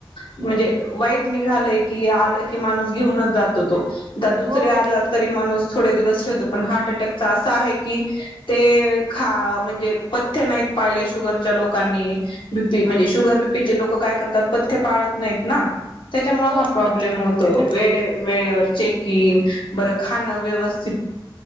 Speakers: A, on the left; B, on the right.
A: म्हणजे वाईट निघालंय की आलं की माणूस घेऊनच जात. तो दुसर
B: हो
A: आजार
B: ते
A: तरी माणूस थोडे दिवस ठेवतो पण हार्ट अटॅक असा आहे की ते खा म्हणजे पथ्य नाहीत पाळले शुगरच्या लोकांनी बीपी म्हणजे शुगर बीपीचे लोक काय करतात पथ्ये पाळत नाहीत ना. त्याच्यामुळे
B: हो
A: हा प्रॉब्लेम
B: पथ्य पाडत
A: होतो
B: नाही ना
A: वे वेळेवर चेकिंग बर खाणं व्यवस्